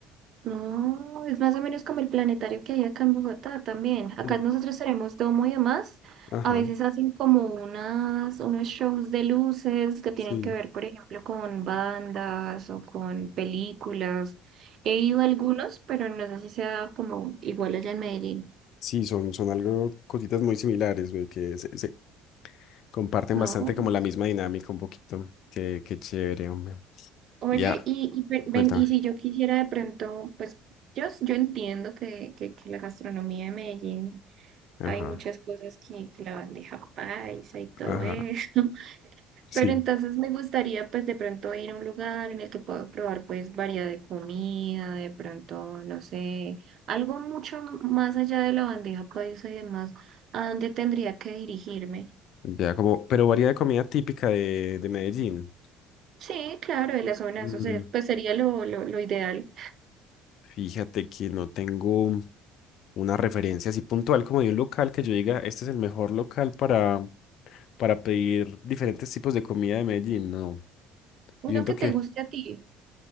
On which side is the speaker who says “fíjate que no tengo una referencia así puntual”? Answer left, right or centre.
Left